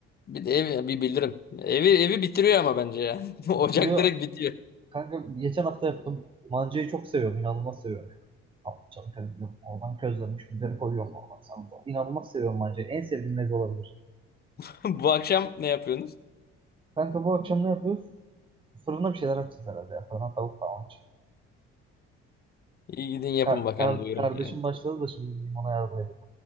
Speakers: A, on the left; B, on the right.
A: Bir de ev, bir bildirim. Evi evi bitiriyor ama bence ya. <laughs> Ocak
B: Bitiriyor.
A: direkt bitiyor.
B: Kanka geçen hafta yaptım. Mancayı çok seviyorum. inanılmaz seviyorum. Patlıcanı közlüyorum. Oradan közlenmiş biberi koyuyorum. Oradan sana. da. İnanılmaz seviyorum mancayı. En sevdiğim meze olabilir.
A: <laughs> Bu akşam ne yapıyorsunuz?
B: Kanka bu akşam ne yapıyoruz? Fırına bir şeyler açacağız herhalde ya. Fırına tavuk falan açacağız.
A: İyi gidin yapın
B: Ka-
A: bakalım
B: kar-
A: duyurum.
B: kardeşim
A: Yani.
B: başladı da şimdi gideyim ona yardım edeyim.